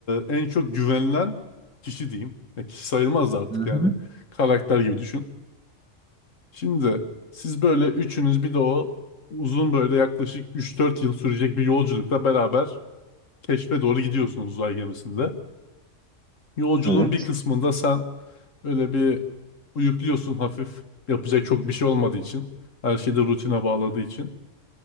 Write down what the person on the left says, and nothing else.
en çok güvenilen kişi diyeyim. Ya kişi sayılmaz da artık
yani. Karakter gibi düşün. Şimdi siz böyle üçünüz bir de o uzun böyle yaklaşık üç dört yıl sürecek bir yolculukla beraber keşfe doğru gidiyorsunuz uzay gemisinde. Yolculuğun
bir kısmında sen öyle bir uyukluyorsun hafif. Yapacak çok bir şey olmadığı için. Her şeyi de rutine bağladığı için.